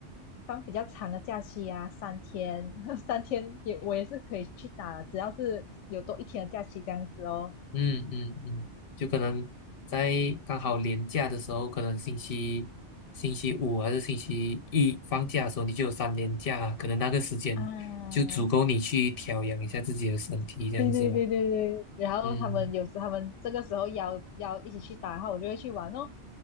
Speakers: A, on the left; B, on the left.
A: 放比较长的假期啊，三天 <laughs> 三天也我也是可以去打，只要是有多一天的假期这样子哦。
B: 嗯嗯嗯，就可能在刚好连假的时候，可能星期星期五还是星期一放假的时候，你就有三连假，可能那个时间就足够你去调养一下自己的身体，
A: 啊，
B: 这样子吧。
A: 对对对对对，然后他们有时他们这个时候邀邀一起去打，
B: 嗯
A: 然后我就会去玩哦。